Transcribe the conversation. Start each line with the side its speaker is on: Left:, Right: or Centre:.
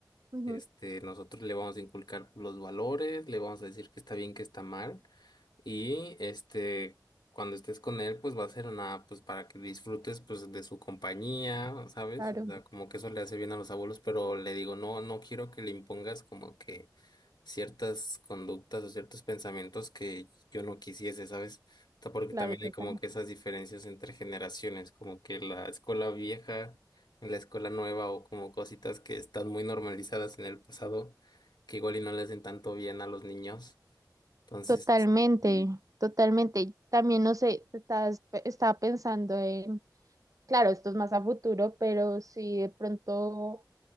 Right: ujú,
Left: Este, nosotros le vamos a inculcar los valores, le vamos a decir que está bien, que está mal. Y este, cuando estés con él, pues va a ser una, pues para que disfrutes pues de su compañía, ¿sabes?
Right: claro,
Left: O sea, como que eso le hace bien a los abuelos, pero le digo, no, no quiero que le impongas como que ciertas conductas o ciertos pensamientos que yo no quisiese, ¿sabes? O sea, porque
Right: claro,
Left: también
Right: total.
Left: hay como que esas diferencias entre generaciones, como que la escuela vieja en la escuela nueva o como cositas que están muy normalizadas en el pasado, que igual y no le hacen tanto bien a los niños. Entonces,
Right: Totalmente,
Left: sí,
Right: totalmente. También no sé, estás, estaba pensando en, claro, esto es más a futuro, pero si de pronto